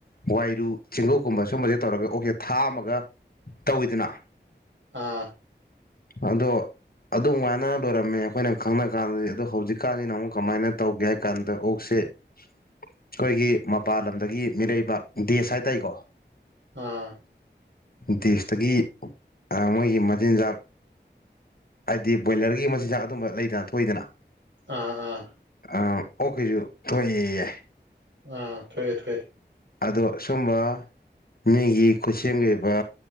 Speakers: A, on the left (about 55°); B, on the right (about 85°).
A: ꯋꯥꯏ ꯔꯨ ꯆꯦꯡꯀꯨꯞꯀꯨꯝꯕ ꯁꯨꯝꯕꯁꯦ ꯇꯧꯔꯒ ꯑꯣꯛꯁꯦ ꯊꯥꯛ ꯑꯃꯒ ꯇꯧꯋꯤꯗꯅ
B: ꯑꯥꯑꯥ
A: ꯑꯗꯣ ꯑꯗꯨ ꯃꯥꯏꯅ ꯂꯣꯏꯔꯝꯃꯦ ꯑꯩꯈꯣꯏꯅ ꯈꯪꯅ ꯀꯥꯟꯗꯗꯤ ꯑꯗꯣ ꯍꯧꯖꯤꯛꯀꯥꯟꯖꯤꯅ ꯑꯃꯨꯛ ꯀꯃꯥꯏꯅ ꯇꯧꯒꯦ ꯍꯥꯏ ꯀꯥꯟꯗ ꯑꯣꯛꯁꯦ ꯑꯩꯈꯣꯏꯒꯤ ꯃꯄꯥꯟ ꯂꯝꯗꯒꯤ ꯃꯤꯔꯩꯕꯥꯛ ꯗꯦꯁ ꯍꯥꯏ ꯇꯥꯏꯀꯣ
B: ꯑꯥ
A: ꯗꯦꯁꯇꯒꯤ ꯑꯥ ꯃꯣꯏꯒꯤ ꯃꯆꯤꯟꯖꯥꯛ ꯍꯥꯏꯗꯤ ꯕꯣꯏꯂꯔꯒꯤ ꯃꯆꯤꯟꯖꯥꯛ ꯑꯗꯨꯝꯕ ꯂꯩꯗꯅ ꯊꯣꯛꯏꯗꯅ
B: ꯑꯥ ꯑꯥ
A: ꯑꯥ ꯑꯣꯛ ꯀꯤꯖꯨ ꯊꯣꯛꯑꯦ ꯌꯦ
B: ꯑꯥ ꯊꯣꯛꯑꯦ ꯊꯣꯛꯑꯦ
A: ꯑꯗꯣ ꯁꯨꯝꯕꯥ ꯃꯤꯒꯤ ꯈꯨꯠꯁꯦꯝꯒꯤ ꯑꯣꯢꯕ